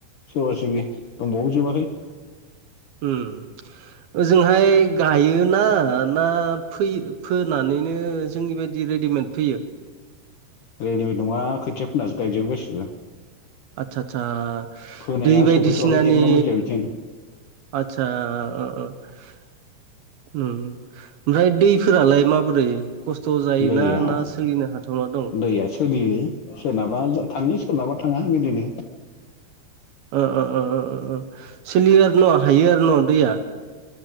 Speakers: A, on the left; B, on the right.
A: सोरबा सोरबि दंबावो जोबाखै
B: उम ओजोंहाय गायो ना, ना फोयो? फोनानैनो जोंनि बायदि रेडिमेड फैयो।
A: रेडिमेड नङा खोथियाफोनासो गायजोबो गासिबो
B: आदसा आदसा
A: फोनाया
B: दै बायदिसिनानि
A: सफैथ'वाखै टेक्न'लजिया बिथिं
B: आतसा उम उम ओमफ्राय दै फोरालाय माबोरै खस्थ' जायोना
A: दैया
B: ना सोलिनो हाथावना दं
A: दैया सोलियो। सोरनाबा थांङो, सोरनाबा थांङा बिदिनो <inaudible>
B: ओ ओ ओ ओ ओ सोलियो आरो न' हायो आरो न' दैया